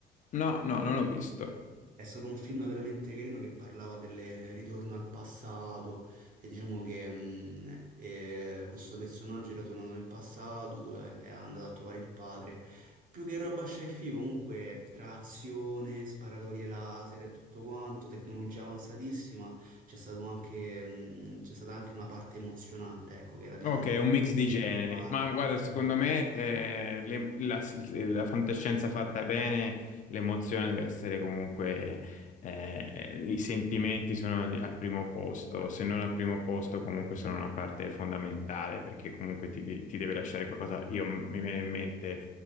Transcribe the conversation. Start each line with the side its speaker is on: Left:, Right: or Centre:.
Left: no, no, non l'ho visto.
Right: È stato un film veramente carino che parlava del ritorno al passato e diciamo che mh, eh, questo personaggio era tornato nel passato dove è andato a trovare il padre. Più che roba sci fi comunque tra azione, sparatorie laser e tutto quanto, tecnologia avanzatissima, c'è stato anche, mh, c'è stata anche una parte emozionante, ecco, che era diciamo...
Left: Ok,
Right: un
Left: un mix di
Right: po'
Left: generi,
Right: pompato.
Left: ma guarda, secondo
Right: Sì,
Left: me eh, le- la, la fantascienza fatta bene, l'emozione deve essere comunque, eh, i sentimenti sono al primo posto, se non al primo posto comunque sono una parte fondamentale perché comunque ti, ti deve lasciare qualcosa. Io mi viene in mente